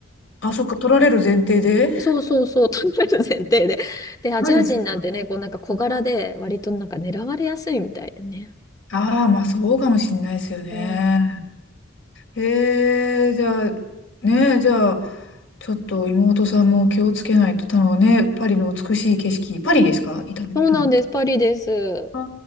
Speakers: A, on the left (about 75°); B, on the left (about 20°).
A: あ、あ、そっか、取られる前提で。
B: そうそうそう、<laughs> 食べる前提で。で、アジア人なんてね、
A: マジですか。
B: こうなんか小柄で、割となんか狙われやすいみたいでね。
A: ああ、まあそうかもしれないですよね。
B: うん。
A: えー、じゃあ、ねえ、じゃあ、ちょっと妹さんも気をつけないと、たのね、パリの美しい景色、パリですかいたの、
B: そうなんです、
A: いるのって。
B: パリです。
A: ああ、